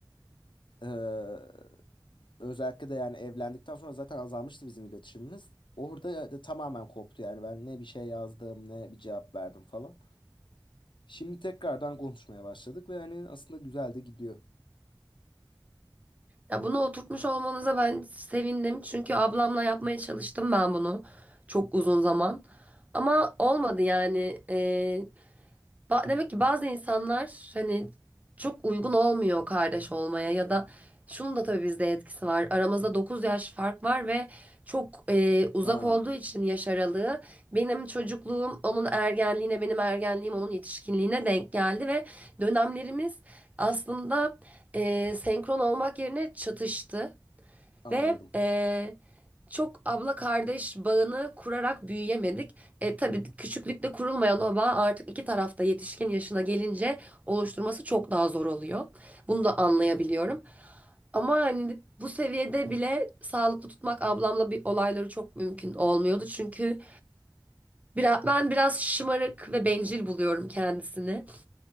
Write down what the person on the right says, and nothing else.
ya bunu oturtmuş olmanıza ben sevindim. Çünkü ablamla yapmaya çalıştım ben bunu çok uzun zaman. Ama olmadı yani. Ee, Ba- Demek ki bazı insanlar hani çok uygun olmuyor kardeş olmaya ya da şunun da tabii bizde etkisi var. Aramızda 9 yaş fark var ve çok e, uzak
olduğu için yaş aralığı benim çocukluğum onun ergenliğine, benim ergenliğim onun yetişkinliğine denk geldi ve dönemlerimiz aslında e, senkron olmak yerine çatıştı.
Ve eee, çok abla kardeş bağını kurarak büyüyemedik. E, tabii küçüklükte kurulmayan o bağ artık iki tarafta yetişkin yaşına gelince oluşturması çok daha zor oluyor. Bunu da anlayabiliyorum. Ama hani bu seviyede bile sağlıklı tutmak ablamla bir olayları çok mümkün olmuyordu. Çünkü biraz, ben biraz şımarık ve bencil buluyorum kendisini.